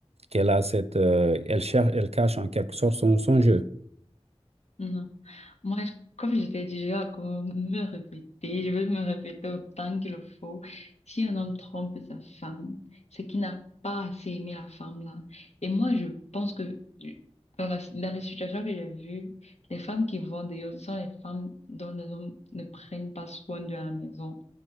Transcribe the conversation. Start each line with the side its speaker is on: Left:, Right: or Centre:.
Right: qu'elle a cette, euh, elle cherche, elle cache en quelque sorte son, son jeu.
Left: Non. Moi, je- comme je t'ai dit, je vais encore me répéter, je vais me répéter autant qu'il le faut. Si un homme trompe sa femme, c'est qu'il n'a pas assez aimé la femme là. Et moi, je pense que euh, dans la, dans les situations que j'ai vues, les femmes qui vont dehors ce sont les femmes dont les hommes ne prennent pas soin de la maison.